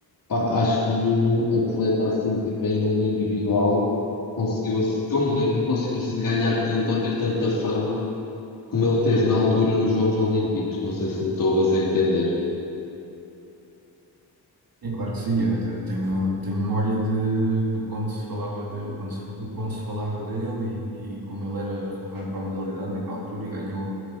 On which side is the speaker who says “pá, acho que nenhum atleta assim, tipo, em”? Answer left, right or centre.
Left